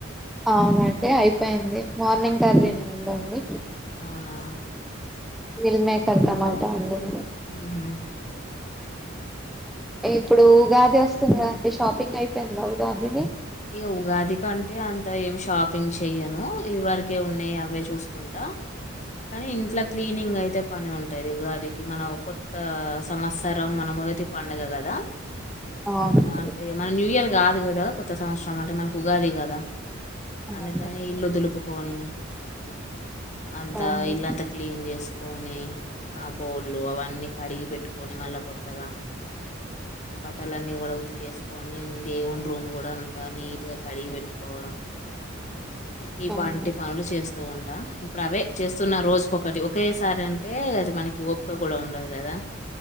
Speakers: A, in the centre; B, on the left.
A: అవునండి అయిపోయింది మార్నింగ్ కర్రీనే ఉందండి
B: అవునా
A: మిల్ మేకర్ టమాట వండిన
B: ఉమ్ హూ
A: ఇప్పుడు ఉగాది వస్ తుంది కదా అండి షాపింగ్ అయిపోయిందా ఉగాది ది
B: ఇగ ఉగాది కంటే అంత ఏం షాప్ పింగ్ చెయను ఇది వరకే ఉన్నాయి అవే చూసు కుంటా కానీ ఇంట్ల క్లీనింగ్ అయితే పని ఉంటాయి ఈ ఉగాదికి మన కొత్త సంవత్సరం మన మొదటి పండుగ కదా
A: అవునండి
B: అంటే మన న్యూ ఇయర్ కాదు గదా కొ కొత్త సంవత్సరం అంటే మనకు ఉగాది కదా
A: అవును
B: అందుకని ఇల్లు దులుపుకొని అంత
A: అవును
B: ఇల్లంతా క్లీన్ చేసుకు కోని ఆ బోలు అవన్నీ కడిగి పెట్టుకొని మళ్ల కొత్తగా బట్టలన్నీ కూడ ఉతికేసుకొని దేవుని రూమ్ కూడా అంత నీట్ గా కడిగి పెట్టుకోవడం ఈ
A: అవును
B: పంటి పనులు చేస్తూ ఉంటా ఇప్పుడు అవే చేస్తున్న రోజుకొక ఒకటి ఒకేసారి అంటే అది మనకి ఓపిక కూడా ఉండదు కదా